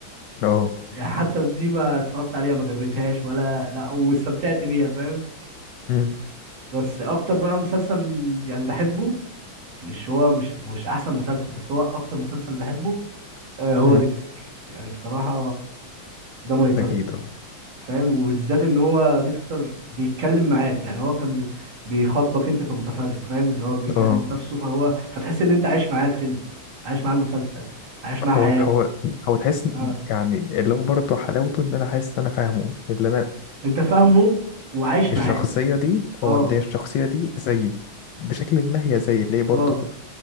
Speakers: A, on the left; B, on the right.
A: اه
B: يعني حتى دي ما اتفرجت عليها ما جريتهاش ولا لا واستمتعت بيها فاهم
A: مم.
B: بس اكتر بقى مسلسل يعني بحبه مش هو مش مش احسن مسلسل بس هو اكتر مسلسل بحبه آه هو
A: مم.
B: ديكستر يعني بصراحة ده ماي تايب
A: اكيد اه
B: فاهم وبالذات ان هو ديكستر بيتكلم معاك يعني هو كان بي... بيخاطبك انت كمتفرج فاهم اللي هو بيكلم
A: اه
B: نفسه فهو فتحس ان انت عايش معاه الفيلم عايش معاه المسلسل عايش معاه
A: هو
B: حياته
A: هو هو تحس إن-
B: اه
A: يعني اللي هو برضه حلاوته ان انا حاسس ان انا فاهمه اللي انا
B: انت فاهمه وعايش
A: الشخصية
B: معاه
A: دي اه
B: اه
A: اللي هي الشخصية دي زيي بشكل ما هي زيي اللي هي برضو
B: اه